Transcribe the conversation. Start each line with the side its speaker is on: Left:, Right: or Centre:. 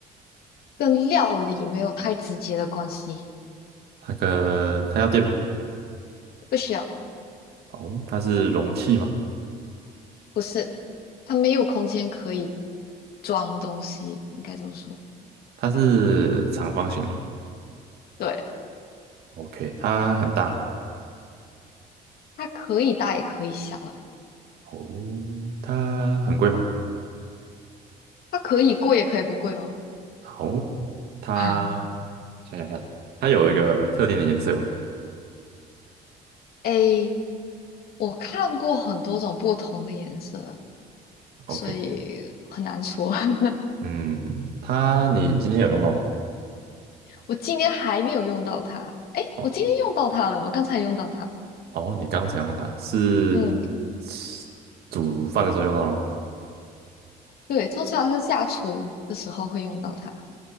Left: 跟料理没有太直接的关系。
Right: 它跟它要电吗？
Left: 不需要，
Right: 哦，它是容器吗？
Left: 不是，它没有空间可以装东西，应该这么说。
Right: 它是长方形的吗
Left: 对，
Right: ？OK，它很大吗？
Left: 它可以大也可以小，诶，
Right: 哦，它很贵吗？
Left: 它可以贵也可以不贵哦。
Right: 哦，它
Left: <laughs>
Right: 想想看，它有一个特定的颜色吗
Left: A 我看过很多种不同的颜色，
Right: ？OK，
Left: 所以很难说。<laughs>
Right: 嗯，它你今天有用到吗？
Left: 我今天还没有用到它，诶，
Right: 哦
Left: 我今天用到它了，我刚才用到它。
Right: 哦，你刚才用到它是
Left: 嗯，
Right: 吃煮饭的时候用到的吗？
Left: 对，通常是下厨的时候会用到它，